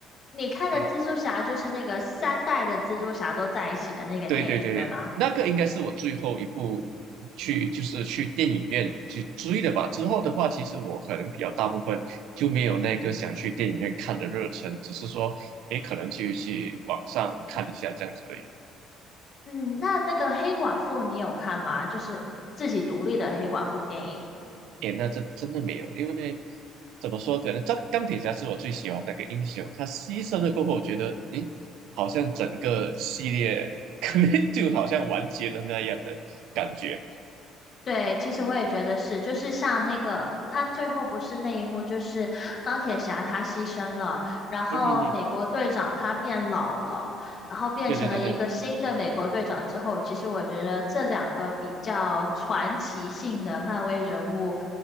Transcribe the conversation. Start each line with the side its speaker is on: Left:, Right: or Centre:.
Left: 你看的蜘蛛侠就是那个三代的蜘蛛侠都在一起的那个电影，
Right: 嗯对对对，
Left: 对吗？
Right: 那个应该是我最后一部去，就是去电影院去追的吧。之后的话，其实我可能比较大部分就没有那个想去电影院看的热忱，只是说，诶，可能就去网上看一下这样子而已。
Left: 嗯，那那个黑寡妇你有看吗？就是自己独立的黑寡妇电影。
Right: 诶，那这真的没有，因为怎么说，可能钢钢铁侠是我最喜欢那个英雄，他牺牲了过后，我觉得，诶，好像整个系列 <laughs> 可能就好像完结了那样的感觉。
Left: 对，其实我也觉得是，就是像那个他最后不是那一幕，就是钢铁侠他牺牲了，然后美国队长他变老了，
Right: 嗯哼哼，
Left: 然后变成了一个新的美国队长之后，
Right: 对对对对，
Left: 其实我觉得这两个比较传奇性的漫威人物，